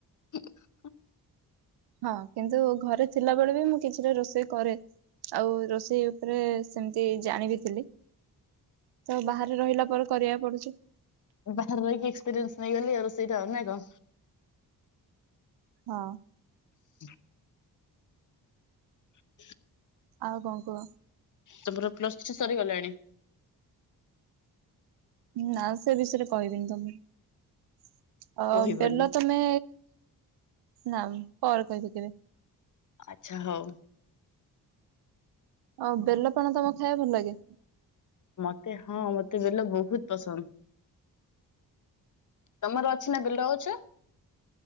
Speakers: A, on the left (about 50°); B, on the right (about 80°).
A: ହୁଁ। <inaudible>
B: ହଁ କିନ୍ତୁ ଘରେ ଥିଲାବେଳେ ବି ମୁଁ କିଛିଟା ରୋଷେଇ କରେ। ଆଉ ରୋଷେଇ ଉପରେ ସେମିତି ଜାଣିବି ଥିଲି ତ ବାହା- ରେ ରହିଲା ପରେ କରିବାକୁ ପଡୁଛି।
A: ବାହାରେ ରହିକି ଏକ୍ସପିରିଏନ୍ସ ନେଇଗଲି ଆ ରୋଷେଇ ଟା ନା କଣ।
B: ହଁ।
A: ହଁ <unintelligible>
B: ଆଉ କଣ କୁହ?
A: ତମର ପ୍ଲସ <inaudible> ସରିଗଲାଣି।
B: ନା ସେ ବିଷୟରେ କହିବିନି ତମକୁ ଆ
A: କହିବନି
B: ବେଲ ତ ତମେ ନା ମ ପରେ କହିବି କେବେ।
A: ଆଚ୍ଛା ହଉ।
B: ଆଉ ବେଲ ପଣା ତମକୁ ଖାଇବା ଭଲ ଲାଗେ।
A: ମତେ ହଁ ମତେ ବେଲ ବହୁତ ପସନ୍ଦ। ତମର ଅଛି ନା ବେଲ ଗଛ।